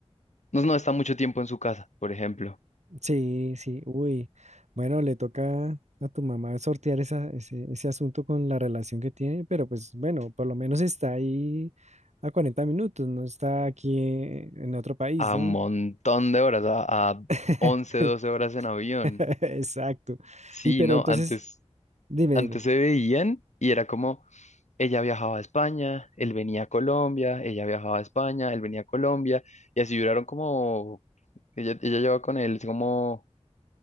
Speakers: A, on the left; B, on the right.
A: no, no está mucho tiempo en su casa, por ejemplo,
B: sí, sí, uy. Bueno, le toca a tu mamá sortear esa, ese, ese asunto con la relación que tiene, pero pues bueno, por lo menos está ahí a 40 minutos, no está aquí en otro país,
A: a
B: ¿no?
A: un montón de horas, a, a
B: <laughs>
A: 11, 12 horas en avión.
B: <laughs> Exacto.
A: Sí,
B: Y pero
A: no,
B: entonces,
A: antes,
B: dime,
A: antes
B: dime.
A: se veían y era como Ella viajaba a España, él venía a Colombia, ella viajaba a España, él venía a Colombia, y así duraron como, ella, ella lleva con él como